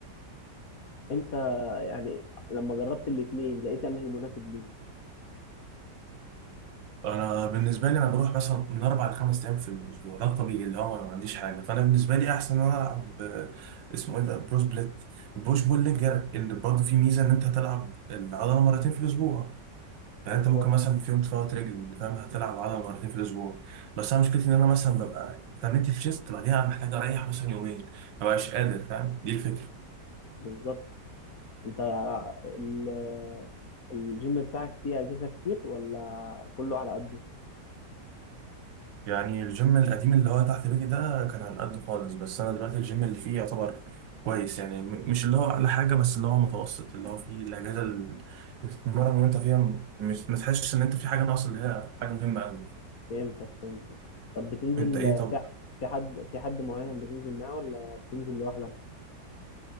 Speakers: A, on the left (about 55°); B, on the right (about 85°).
A: انت يعني لما جربت الاثنين لقيت انهي مناسب ليك
B: انا بالنسبه لي انا بروح مثلا من اربع لخمس ايام في الاسبوع ده الطبيعي اللي هو انا ما عنديش حاجه فانا بالنسبه لي احسن ان انا العب آه، اسمه ايه ده بروس بليت بوش بول ليج اللي برضه فيه ميزه ان انت هتلعب العضله مرتين في الاسبوع يعني
A: بالظبط
B: انت ممكن مثلا في يوم تفوت رجل فاهم هتلعب عضله مرتين في الاسبوع بس انا مشكلتي ان انا مثلا ببقى اتمرنت في شيست بعديها محتاج اريح مثلا يومين ما بقاش قادر فاهم دي الفكره
A: بالظبط انت ال- الجيم بتاعك فيه اجهزه كتير ولا كله على قده
B: يعني الجيم القديم اللي هو تحت بيتي ده كان على قد خالص بس انا دلوقتي الجيم اللي فيه يعتبر كويس يعني م- مش اللي هو اعلى حاجه بس اللي هو متوسط اللي هو فيه الاجهزه اللي بتتمرن وانت فيها م- مش ما تحسش ان انت في حاجه ناقصه اللي هي حاجه مهمه قوي
A: فهمتك فهمتك طب بتنزل
B: انت ايه طب
A: في في حد في حد معين بتنزل معاه ولا بتنزل لوحدك